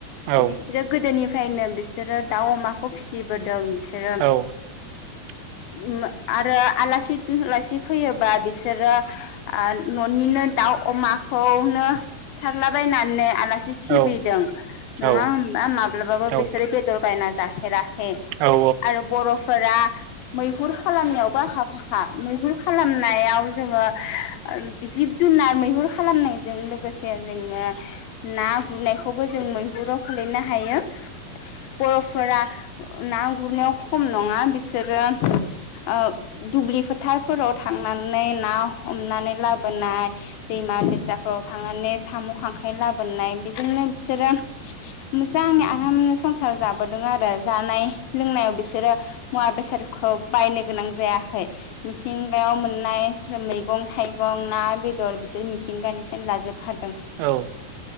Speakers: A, on the right (about 85°); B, on the left (about 80°).
A: औ
B: बिसोरो गोदोनिफ्रायनो बिसोरो दाउ अमाखौ फिसिबोदों सेरोम
A: औ <inaudible>
B: उम आरो आलासि गोहोलासि फैयोबा बिसोरो आ न'निनो दा- दाउ अमाखौनो सिुथारलाबायनानै आला- सि सिबिदों
A: औ
B: नङा
A: औ
B: होनबा माब्लाबाबो
A: औ
B: बिसोरो बेदर बायना जाफेराखै
A: औ
B: आरो बर'फोरा मैहुर खालामनायावबो आखा फाखा मैहुर खालामनायाव जोङो ओम जिब जुनार मैहुर खालामनायजों लोगोसे जोङो ना गुरनाय- खौबो जों मैहुराव खोलैनो हायो बर'फोरा ना गुरनायाव खम नङा बिसोरो अ दुब्लि फोथारफोराव थांनानै ना ह- हमनानै लाबोनाय दैमा दैसाफ्राव थांनानै साम' खांख्राइ लाबोनाय बेजोंनो बिसोरो मोजांङै आरामनो संसार जाबोदों आरो जानाय लोंनायाव बिसोरो मुवा बेसादखौ बायनो गोनां जायाखै मिथिंगायाव मोननाय मैगं थाइगं ना बेदर बिसोर मिथिंगानिफ्रायनो लाजोबखादों
A: औ